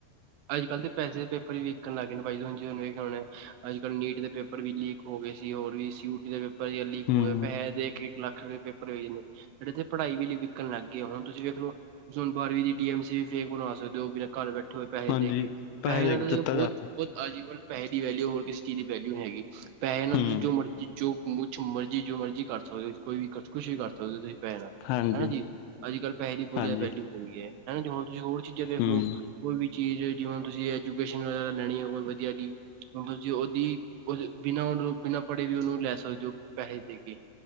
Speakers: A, on the right; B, on the left.
A: ਅੱਜ ਕੱਲ ਤੇ ਪੈਸੇ ਪੇਪਰ ਵੀਕਣ ਲੱਗਗੇ ਨੇ, ਭਾਈ ਹੁਣ ਇਹਣਾ ਅੱਜ ਕੱਲ ਨੀਟ ਦੇ ਪੇ ਪਰ ਵੀ ਲੀਕ ਹੋ ਗਏ ਸੀ, ਹੋਰ ਵੀ ਸੀਉਟੀ ਦੇ ਪੇਪਰ ਲੀਕ
B: ਹੂੰ
A: ਹੋ ਗਿਆ ਪੈਹੈ ਦੇ ਲੱਖ ਰੁਪਏ ਪੇਪਰ ਹੋ ਜਾਂਦੇ, ਇੱਥੇ ਪੜ੍ਹਾਈ ਵੀ ਵਿਕਣ ਲੱਗ ਗਈ, ਹੁਣ ਤੁਸੀਂ ਵੇਖ ਲੋ ਤੁਸੀਂ ਬਾਰਵੀਂ ਦੀ ਡਮ ਵੀ ਫੇਕ ਬਣਾ ਸਕਦੇ ਹੋ ਉਹ ਬਿਨਾਂ ਘਰ ਬੈਠੇ ਹੋਏ ਪੈਸੇ
B: ਹਾਂਜੀ
A: ਦੇ ਕੇ ਪੈਸੇ
B: ਦੇ
A: ਨਾਲ
B: ਕੇ
A: ਤਾਂ
B: ਪਚੱਤਰ
A: ਬਹੁਤ
B: ਹਜ਼ਾਰ
A: ਬਹੁ <unintelligible> ਆਜੀਵਲ ਪੈਸੇ ਦੀ ਵੈਲਿਊ ਹੋਰ ਕਿਸੇ ਚੀਜ਼ ਦੀ ਵੈਲਿਊ ਨੀ ਹੈਗੀ, ਪੈਸੇ ਨਾਲ
B: ਹੂੰ
A: ਤੁਸੀਂ ਜੋ ਮਰਜ਼ੀ ਜੋ ਕੁਛ ਮਰਜ਼ੀ ਜੋ ਮਰਜ਼ੀ ਕਰ ਸਕਦੇ ਹੋ, ਕੋਈ ਵੀ ਕੁਛ ਵੀ ਕਰ ਸਕਦੇ ਹੋ ਤੁਸੀਂ। ਪੈਣਾ
B: ਹਾਂਜੀ
A: ਹਨਾ ਜੀ, ਅੱਜ ਕੱਲ੍ਹ ਪੈਸੇ ਦੀ ਬਹੁਤ
B: ਹਾਂਜੀ
A: ਜ਼ਿਆਦਾ ਵੈਲਿਊ ਹੋ ਗਈ ਐ, ਹਨਾ ਜੀ ਹੁਣ ਤੁਸੀਂ ਹੋਰ ਚੀਜ਼ਾਂ ਵੇਖ
B: ਹੂੰ
A: ਲੋ ਕੋਈ ਵੀ ਚੀਜ਼ ਜਿਵੇਂ ਤੁਸੀਂ ਐਜੂਕੇਸ਼ਨ ਵਗੈਰਾ ਲੈਣੀ ਐ, ਕੋਈ ਵਧੀਆ ਜੀ ਹੁਣ ਤੁਸੀਂ ਉਹਦੀ ਉਹ ਬਿਨਾਂ ਉਹਨੂੰ ਬਿਨਾਂ ਪੜ੍ਹੇ ਵੀ ਉਹਨੂੰ ਲੈ ਸਕਦੇ ਹੋ ਪੈਸੇ ਦੇ ਕੇ।